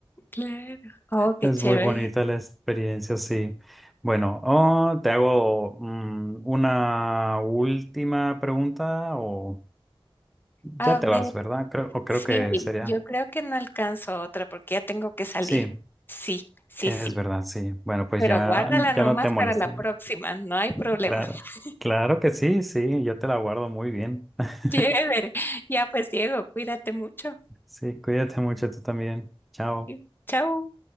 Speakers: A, on the left; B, in the centre.
A: Claro. Oh, qué
B: Es
A: chévere.
B: muy bonita la experiencia, sí. Bueno, oh, te hago mm, una última pregunta o ya
A: A
B: te
A: ver,
B: vas, ¿verdad? Creo, o creo
A: sí,
B: que sería.
A: yo creo que no alcanzo otra porque ya tengo que salir.
B: Sí,
A: Sí, sí,
B: es
A: sí.
B: verdad, sí. Bueno, pues
A: Pero
B: ya,
A: guárdala
B: ya
A: nomás
B: no te molestas.
A: para la próxima, no hay problema.
B: Claro,
A: <laughs>
B: claro que sí, sí, yo te la guardo muy bien. <laughs>
A: Chévere. Ya pues, Diego, cuídate mucho.
B: Sí, cuídate mucho tú también. Chao.
A: y Chao.